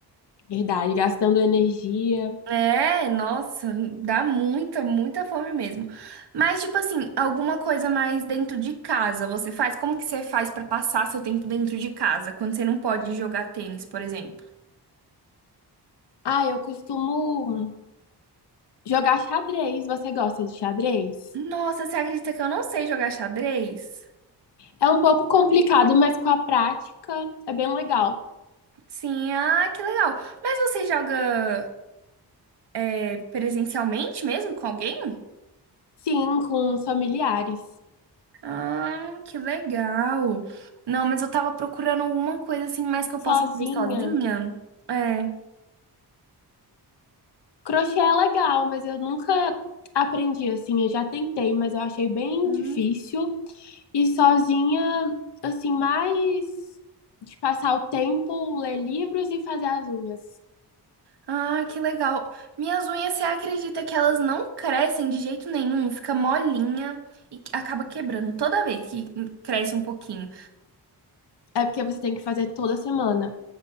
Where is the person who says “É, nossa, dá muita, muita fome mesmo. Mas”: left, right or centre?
Right